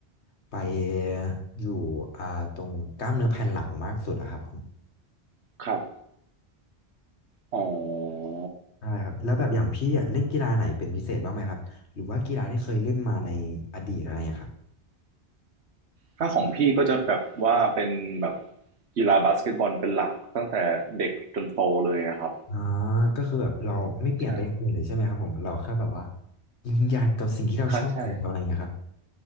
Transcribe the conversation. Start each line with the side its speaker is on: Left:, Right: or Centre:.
Left: ไปอยู่อ่าตรงกล้ามเนื้อแผ่นหลังมากสุดอะครับผม
Right: ครับอ๋อ
Left: ใช่ครับแล้วแบบอย่างพี่อะเล่นกีฬาไหนเป็นพิเศษบ้างไหมครับหรือว่ากีฬาที่เคยเล่นมาในอดีตอะไรอย่างเงี้ยครับ
Right: ถ้าของพี่ก็จะแบบว่าเป็นแบบกีฬาบาสเกตบอลเป็นหลักตั้งแต่เด็กจนโตเลยอะครับ
Left: อ่าก็คือแบบเราไม่เปลี่ยนไปอย่างอื่นเลยใช่ไหมครับผมเราแค่แบบว่า
Right: ใช่
Left: ยืนหยัดกับสิ่งที่เราชอบอย่างเดียวอะไรเงี้ยครับ
Right: ครับใช่